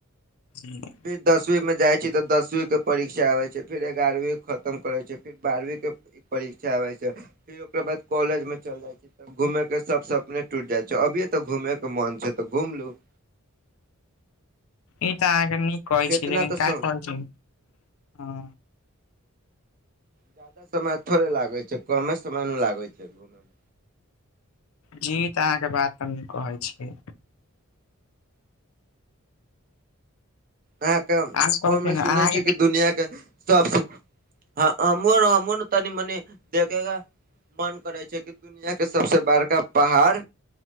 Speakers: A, on the left; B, on the right.
A: ई
B: फेर दसवींमे जाय छै, तऽ दसवींके परीक्षा आबि जाइ छै, फेर एगारहवीं खतम करै छै। आ बारहवींके परीक्षा आबै छै, फेर ओकरा बाद कॉलेजमे चलि जाइ छै। घूमयक सभ सपना टूटि जाइ छै, एखन घूमयक मन छै तऽ घूमि लिअ।
A: ई तऽ अहाँके नीक कहै
B: केतना
A: छी, लेकिन
B: तऽ
A: किएक कहै छी हँ?
B: जादा समय थोड़े लागैत छै, कमे समयमे भऽ जाइ छै घूममे।
A: जी तऽ अहाँके बात तऽ कहै छी।
B: अहाँकेँ ओहिमे
A: आ कहै छै ने
B: सुनै
A: अहाँके
B: छियै की दुनिआँके सभसँ हमो हमो ने तनि मनी देखेगा। मन करे छै। कि दुनिया के सबसँ बड़का पहाड़